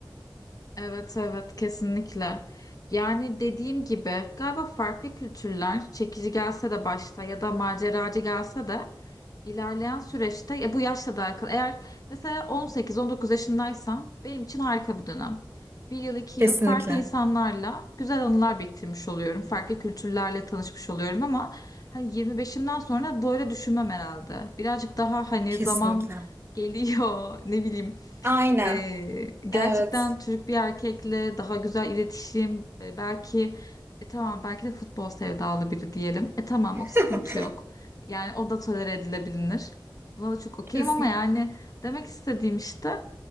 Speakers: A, on the left (about 45°); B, on the right (about 30°).
A: Evet evet kesinlikle. Yani dediğim gibi galiba farklı kültürler çekici gelse de başta ya da maceracı gelse de ilerleyen süreçte ya bu yaşla da alakalı. Eğer mesela 18-19 yaşındaysam benim için harika bir dönem. Bir yıl iki
B: Kesinlikle.
A: yıl farklı insanlarla güzel anılar biriktirmiş oluyorum. Farklı kültürlerle tanışmış oluyorum ama hani 25'imden sonra böyle düşünmem herhalde. Birazcık daha hani
B: Kesinlikle.
A: zaman geliyor <laughs> ne bileyim
B: Aynen.
A: ee, gerçekten
B: Evet.
A: Türk bir erkekle daha güzel iletişim e, belki e, tamam belki de futbol sevdalı biri diyelim. E tamam o
B: <laughs>
A: sıkıntı yok. Yani o da tolere edilebilir. Buna da çok okeyim
B: Kesinlikle.
A: ama yani demek istediğim işte